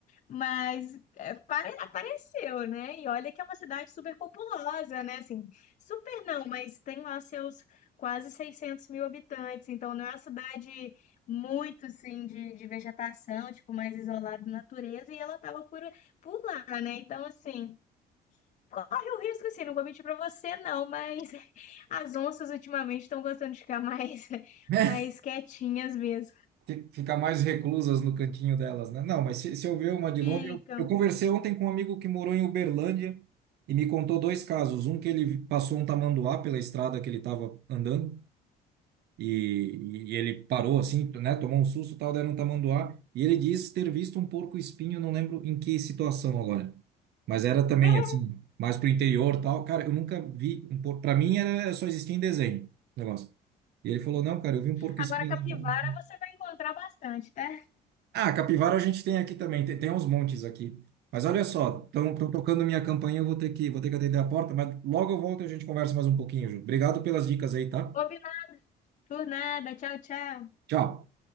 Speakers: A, on the left; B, on the right.
A: mas é, pare- apareceu, né? E olha que é uma cidade super populosa, né? Assim, super não, mas tem lá seus quase 600 mil habitantes, então não é uma cidade muito, assim, de, de vegetação, tipo, mais isolada da natureza, e ela estava por, por lá, né? Então, assim, corre o risco, assim, não vou mentir para você, não, mas <laughs> as onças ultimamente estão gostando de ficar mais, <laughs>
B: Né?
A: mais quietinhas mesmo.
B: Fi- Ficar mais reclusas no cantinho delas, né? Não, mas se, se eu ver uma de
A: Ficam.
B: longe, eu, eu conversei ontem com um amigo que morou em Uberlândia e me contou dois casos. Um que ele passou um tamanduá pela estrada que ele estava andando. E, e ele parou assim, né? Tomou um susto, e tal, deram um tamanduá. E ele diz ter visto um porco-espinho, não lembro em que situação agora. Mas era também
A: <laughs>
B: assim, mais pro interior, tal. Cara, eu nunca vi um porco. Para mim era só existia em desenho, esse negócio. E ele falou: "Não, cara, eu vi um porco-espinho
A: Agora, capivara
B: lá".
A: você vai encontrar bastante, tá?
B: Ah, capivara a gente tem aqui também, tem, tem uns montes aqui. Mas olha só, estão tocando minha campainha, eu vou ter que, vou ter que atender a porta, mas logo eu volto e a gente conversa mais um pouquinho, Ju. Obrigado pelas dicas aí, tá?
A: Combinado por nada. Tchau, tchau.
B: Tchau.